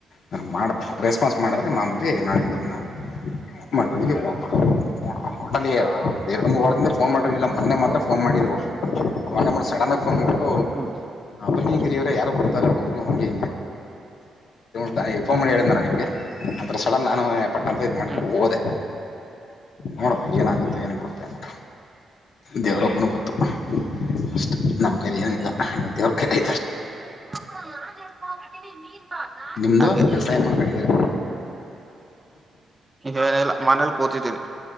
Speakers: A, on the left; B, on the right.
A: ಏನರ ಮಾಡಬೇಕು ರೆಸ್ಪಾನ್ಸ್ ಮಾಡಿದ್ರೆ ಮಾಮೂಲಿ
B: ಹ್ಮ್
A: ನಾಳೆಯಿಂದ ನೋಡ್ ಮಳವಳ್ಳಿಗೆ ಹೋಗ್ಬೇಕು ಒಟ್ನಲ್ಲಿ ಒಂದ್ ಎರಡು ಮೂರು ವಾರದಿಂದ ಫೋನ್ ಮಾಡಿರದಿಲ್ಲ ಮೊನ್ನೆ ಮಾತ್ರ ಫೋನ್ ಮಾಡಿದ್ರು. ಒ ನ ಸಡದಫೋನ್ಟ್ಟ
B: ಹ್ಮ್
A: ಬ ಯಾರೋ ಕೊಡ್ತಾರ ಹುಡುಗುರು ಹಂಗೆ ಹಂಗೆ ಫೋನ್ಿ ಹೇಳಾರ ನಿಮ್ಗೆ ಆಥರ ಸಡನ್ ನಾನು ಪಟ್ಟಂತ ಇದು ಮಾಡಬಿಟ್ಟು
B: ಹ್ಮ್ ಹ್ಮ್
A: ಓದೆ ನೋಡು ಏನಾಗುತ್ತೆ ಏನ್ ಬಡುತ್ತೆ ಅಂತ. ದೇವರೊಬ್ಬನು ಗೊತ್ತು ಅಷ್ಟೇ ನಮ್ಮ್ ಕೈಲಿ ಏನೂ ಇಲ್ಲ
B: ಹ್ಮ್
A: ದೇವ್ರ ಕೈಲೆ
B: <unintelligible>
A: ನಿಮ್ದು
B: ಹಂಗೆ
A: ಕೆಲ್ಸ ಏನ್ ಮಾಡ್ಕೊಂಡಿದ್ದೀರ.
B: ಏನಿಲ್ಲ ಮನೇಲಿ ಕೂತಿದ್ದೀನಿ.